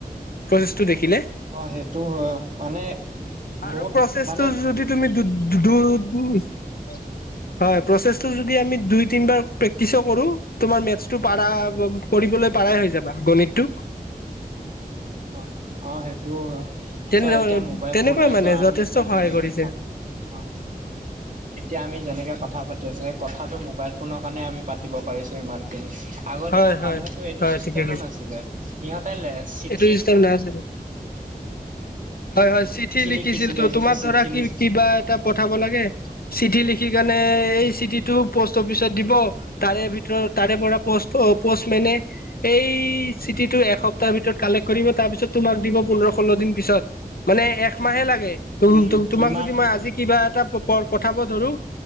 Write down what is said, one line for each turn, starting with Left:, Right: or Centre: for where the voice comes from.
Left: প্ৰচেছটো দেখিলে।
Right: অ সেইটো হয় মানে
Left: আৰু
Right: বহুত
Left: প্ৰচেছটো
Right: মান
Left: যদি তুমি দু দূৰ - হয় প্ৰচেছটো যদি আমি দুই তিনিবাৰ প্ৰেক্টিচো কৰো তোমাৰ মেথছটো পাৰা কৰিবলৈ পাৰাই হৈ যাবা গণিতটো।
Right: অ অ সেইটোও হয়।
Left: তেনে
Right: চ' এতিয়া মোবাইল
Left: তেনেকুৱাই
Right: ফোনে
Left: মানে
Right: চোৱা আমি
Left: যথেষ্ট
Right: এতিয়া
Left: সহায়
Right: যেনেকে
Left: কৰিছে
Right: কম অঁ এতিয়া আমি যেনেকে কথা পাতি আছো সেই কথাটো মোবাইল ফোনৰ কাৰণে আমি পাতিব পাৰিছো ইমান খিনি। আগৰ
Left: হয়
Right: দিনত
Left: হয়
Right: মানুহ এইটো
Left: হয়
Right: ছিষ্টেমো
Left: ঠিকে
Right: নাছিলে, সিহঁতে লে চি-
Left: টু ৰিষ্টত নাই চাগে হয় হয় চিঠি লিছিল
Right: লিখিছিলে
Left: ত
Right: সেইটো
Left: তোমাক
Right: চিঠি
Left: ধৰা কি
Right: লিখ
Left: কি কিবা এটা পঠাব লাগে চিঠি লিখি কেনে এই চিঠিটো প'ষ্ট অফিচত দিব, তাৰে ভিতৰত তাৰে পৰা পষ্ট প'ষ্ট মেনে এই চিঠিটো এসপ্তাহৰ ভিতৰত কালেক্ট কৰিব তাৰ পিছত তোমাক দিব পোন্ধৰ ষোল্ল দিন পিছত। মানে একমাহে লাগে
Right: উম
Left: তোমাক
Right: ইমান
Left: যদি মই আজি কিবা এটা পঠাব ধৰো